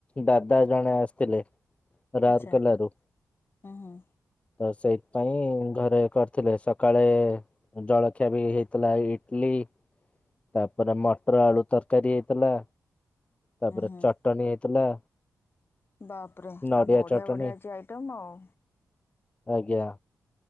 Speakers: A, on the left; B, on the left.
A: ଦାଦା ଜଣେ ଆସିଥିଲେ। ରାଉଲକେଲାରୁ।
B: ଆଚ୍ଛା ହୁଁ ହୁଁ
A: ତ ସେଇଥିପାଇଁ ଘରେ କରିଥିଲେ ସକାଳେ ଜଳଖିଆ ବି ହେଇଥିଲା ଇଟଲି ତାପରେ ମଟର ଆଳୁ ତରକାରୀ ହେଇଥିଲା ତାପରେ
B: ହୁଁ ହୁଁ।
A: ଚଟଣି ହେଇଥିଲା।
B: ବାପରେ
A: ନଡିଆ
B: ଆଉ ବଢ଼ିଆ
A: ଚଟଣି
B: ବଢିଆ ଆଜି ଆଇଟମ୍ ଆଉ।
A: ଆଜ୍ଞା।